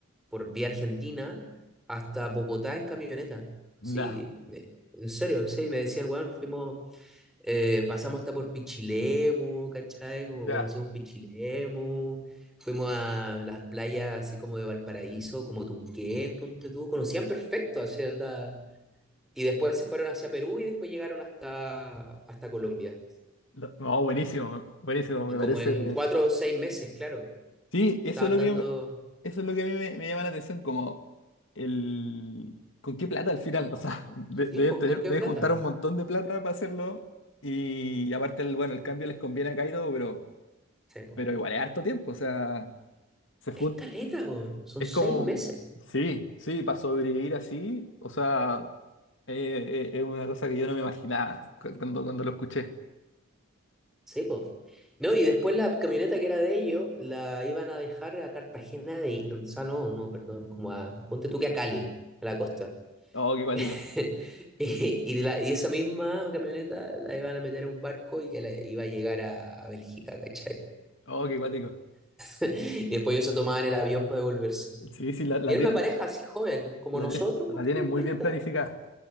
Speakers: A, in the centre; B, on the left (about 60°).
A: por vía Argentina hasta Bogotá en camioneta.
B: Nah.
A: Sí, me- en serio, sí, me decían, weón, fuimos eh, pasamos hasta por Pichilemu, ¿cachai? Como
B: Ya.
A: conocimos Pichilemu, fuimos a las playas así como de Valparaíso, como Tunquén, ponte tú, conocían perfecto, así onda. Y después se fueron hacia Perú y después llegaron hasta, hasta Colombia.
B: Lo- No, buenísimo, buenísimo,
A: Y
B: me
A: como
B: parece.
A: en cuatro o seis meses, claro,
B: Sí,
A: estaban
B: eso es lo
A: dando...
B: que, yo- eso es lo que a mí me, me llama la atención, como el... ¿Con qué plata al final? <laughs> O sea, de-
A: Sí,
B: deben
A: pues,
B: tener-
A: ¿con qué
B: deben
A: plata?
B: juntar un montón de plata para hacerlo y aparte, el, bueno, el cambio les conviene a Kaido, pero,
A: Sí, po.
B: pero igual es harto tiempo, o sea, se jun-
A: Es caleta, po, Son
B: Es
A: seis
B: como...
A: meses.
B: Sí, sí, para sobrevivir así, o sea, eh, eh, es una cosa que yo no me imaginaba cu- cuando, cuando lo escuché.
A: Sí, pues. No, y después la camioneta que era de ellos la iban a dejar a Cartagena de... O sea, no, no, perdón, como a... Ponte tú que a Cali, a la costa.
B: Oh, qué cuático,
A: <laughs> Y, y la- y esa misma camioneta la iban a meter a un barco y que la iba a llegar a, a Bélgica, ¿cachai?
B: oh, qué cuático.
A: <laughs> Y después ellos se tomaban el avión para devolverse.
B: Sí, sí, la, la
A: Y era
B: tienen,
A: una pareja así joven, como
B: la,
A: nosotros,
B: tien- la
A: pues
B: tienen
A: tú, 30.
B: muy bien planificada.